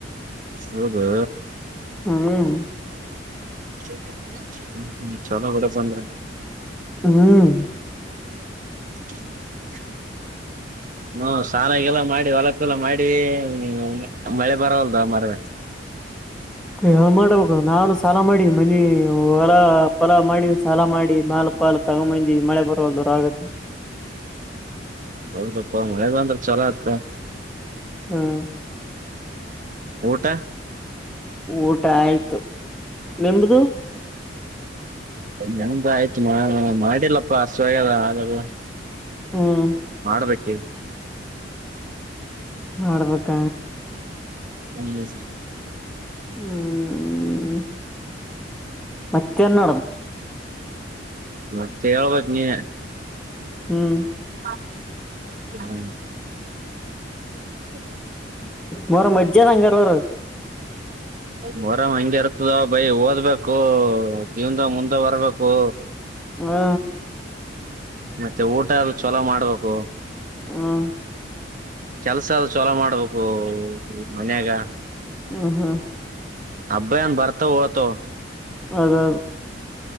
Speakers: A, on the right; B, in the centre.
A: ಹೌದಾ
B: ಹ್ಮ್
A: <unintelligible> ಚಲೋ ಬೇಡು ಅಪ್ಪ ಅಂದ್ರೆ
B: ಹ್ಮ್
A: <unintelligible> ಹ ಸಲ ಗೆಲ ಮಾಡಿ ಹೊಲಕ್ಕೆೆಲ್ಲ ಮಾಡಿ <unintelligible> ಮಳೆ ಬರವಲ್ದ ಮರವೆ <inaudible>
B: ಏನು ಮಾಡಬೇಕು ನಾನು ಸಾಲ ಮಾಡಿ ಡಿ ಮನಿ ಹೊಲ ಫಲಾ ಮಾಡಿ ಸಾಲ ಮಾಡಿ ಮಾಲ ಪಾಲಲ್ ತಗೊಂಬಂದಿ ಮಳೆ ಬರುವಲಆಗ <inaudible>
A: ಹಾವುದು ಅಪ್ಪ ಮಳೆ ಬಂದ್ರೆ ಚಲ ಆತ್
B: ಹ್ಮ್
A: ಊಟ
B: ಊಟ ಆಯ್ತು ನಿಮ್ದ
A: ನದು ಆಯ್ತು ಮಾಡಿಲ್ಲಪ್ಪ ಅಷ್ಟುದ ಹಾಗಡು
B: ಹ್ಮ್
A: ಮಾಡ್ಬೇಕು <unintelligible>
B: ಮಾಡ್ಬೇಕ
A: ಅಂಗಜಿ <inaudible>
B: ಹ್ಮ್ ಮತ್ತೆನ್ನ
A: ಮತ್ತೆ ಹೇಳಬೇಕು ನೀನೇ
B: ಹ್ಮ್
A: <unintelligible> ಹ್ಮ್ <inaudible>
B: ಮರ ಮಜ್ಜೆ ನಂಗರಬರು
A: ಮರಾಮ ಹಂಗಗೆ ಇರ್ತದ ಬೈ ಓದ್ಬೇಕು ಜೀವನದ ಮುಂದ <unintelligible> ಬರಬೇಕು
B: ಹಾ
A: ಮತ್ತೆ ಊಟ ಆದೂ ಚಲೋ ಮಾಡ್ಬೇಕು
B: ಹಾ
A: ಕೆಲ್ಸ ಆದ ಚಲೋ ಮಾಡ್ಬೇಕು ಮನ್ಯಾಗ
B: ಹ್ಮ ಹ್ಮ
A: ಅಬ್ಬಯನ್ ಬರ್ತವ ಒತವ
B: ಹವ್ದು ಹವ್ದು